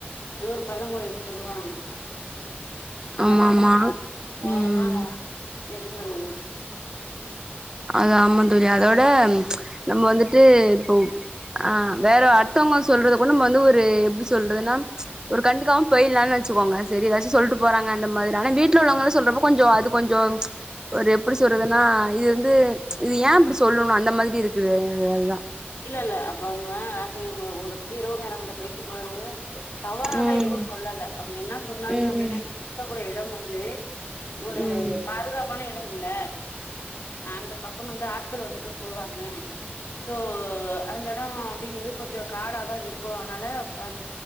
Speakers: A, on the left (about 75°); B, on the right (about 15°).
A: ஏதோ ஒரு பழமொழி ஒன்னு சொல்லுவாங்க அதனால
B: ஆமா
A: அதெல்லா
B: ஆமா
A: பாத்துகிட்டு கவனமா
B: ம்
A: இருந்தவங்க
B: அது ஆமா தோழி அதோட நம்ம வந்துட்டு இப்போ ஆ வேற அடுத்தவங்க சொல்றது கூட நம்ம வந்து ஒரு எப்டி சொல்றதுன்னா ஒரு கண்டுக்காம போயிலான்னு வச்சுக்கோங்க சரி எதாச்சும் சொல்ட்டு போறாங்க அந்த மாதிரி ஆனா வீட்ல உள்ளவங்களே சொல்றப்போ கொஞ்ச அது கொஞ்ச ஒரு எப்டி சொல்றதுன்னா இது இது இது ஏ அப்டி சொல்லணு அந்த மாதிரி இருக்கு அதுதா
A: இல்ல இல்ல அப்ப அவுங்க யு உங்க உங்கள பத்தி இரவு நேரங்கள்ல பேசும்போது தவறாக
B: ம்
A: எதுவு சொல்லல அவங்க என்ன சொன்னாங்க
B: ம்
A: அப்டின்னா நீ இருக்கக்கூட எடம் வந்து ஒரு
B: ம்
A: பாதுகாப்பான இடம் இல்ல அந்த பக்கம் வந்து ஆட்கள் வந்துட்டு போவாங்க சோ அந்த எடம் அப்டிங்க போது கொஞ்சம் காடாதா இருக்கு அதனால அந்